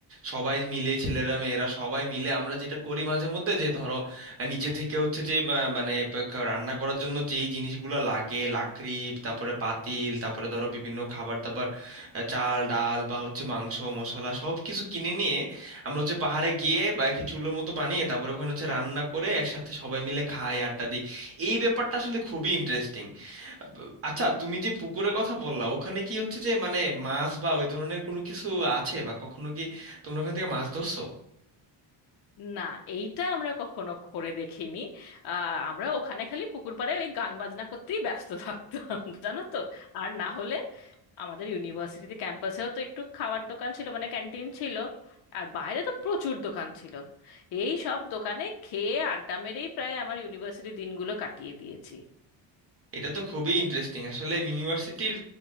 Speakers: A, on the right; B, on the left.
A: সবাই মিলে ছেলেরা মেয়েরা সবাই মিলে আমরা যেটা করি মাঝে মধ্যে যে ধরো আহ, নিচে থেকে হচ্ছে যে আহ, মানে প- ক- রান্না করার জন্য যেই জিনিসগুলো লাগে লাকড়ি তারপরে পাতিল তারপরে ধরো বিভিন্ন খাবার দাবার আহ, চাল ডাল বা হচ্ছে মাংস মশলা সব কিছু কিনে নিয়ে আমরা হচ্ছে পাহাড়ে গিয়ে বা একটি চুলোর মতো বানিয়ে তারপরে ওখানে হচ্ছে রান্না করে একসাথে সবাই মিলে খাই আড্ডা দিই এই ব্যাপারটা আসলে খুবই ইন্টারেস্টিং আচ্ছা তুমি যে পুকুরের কথা বললা ওখানে কি হচ্ছে যে মানে মাছ বা ওই ধরনের কোনো কিছু আছে বা কখনো কি তোমরা ওখান থেকে মাছ ধরছো
B: না এইটা আমরা কখনো করে দেখিনি আহ আমরা ওখানে খালি পুকুর পাড়ে ওই গান বাজনা করতেই ব্যস্ত থাকতাম জানো তো আর না হলে আমাদের ইউনিভার্সিটিতে ক্যাম্পাসেও তো একটু খাবার দোকান ছিল মানে ক্যান্টিন ছিল আর বাইরে তো প্রচুর দোকান ছিল এই সব দোকানে খেয়ে আড্ডা মেরেই প্রায় আমার ইউনিভার্সিটি দিনগুলো কাটিয়ে দিয়েছি
A: এটা তো খুবই ইন্টারেস্টিং আসলে ইউনিভার্সিটির